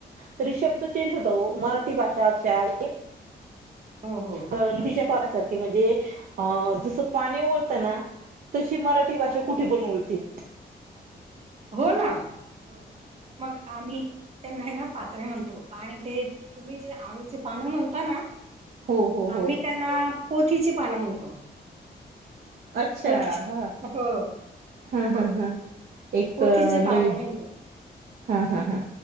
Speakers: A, on the right; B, on the right.
A: तरी शब्द चेंज होत हो मराठी भाषा अशी आहे
B: हो हो
A: अ तिच्या पाना म्हणजे जसं पाणी वळताना तशी मराठी भाषा कुठे
B: हम्म
A: पण वरती
B: हो ना हो मग आम्ही त्यांना ना पात्रे म्हणतो आणि ते तुम्ही जे आळूचे पानं म्हणता ना
A: हो हो
B: आम्ही
A: हो
B: त्यांना पोथीची पानं म्हणतो
A: अच्छा
B: पोथी
A: हा
B: हो
A: हा हा
B: हो
A: हा एक
B: पोथीचे
A: नवीन
B: पानं म्हणतो
A: हा हा हा